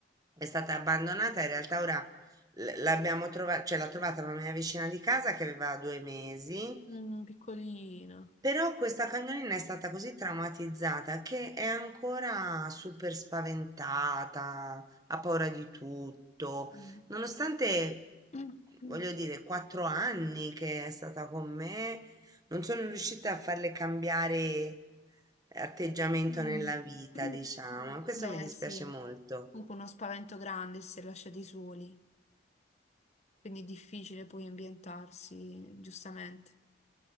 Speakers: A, on the right; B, on the left.
A: è stata abbandonata, in realtà ora l- l'abbiamo trovata, cioè l'ha trovata una mia vicina di casa che aveva due mesi
B: Mm, piccolino.
A: però questa cagnolina è stata così traumatizzata che è ancora super spaventata, ha paura di tutto,
B: Mm.
A: nonostante,
B: Mm, mm,
A: voglio dire, quattro anni che è stata con me, non sono riuscita a farle cambiare atteggiamento
B: mm,
A: nella vita,
B: mm,
A: diciamo.
B: mm.
A: Questo
B: Beh,
A: mi dispiace
B: sì,
A: molto.
B: comunque uno spavento grande se lasciati soli, quindi è difficile poi ambientarsi, giustamente.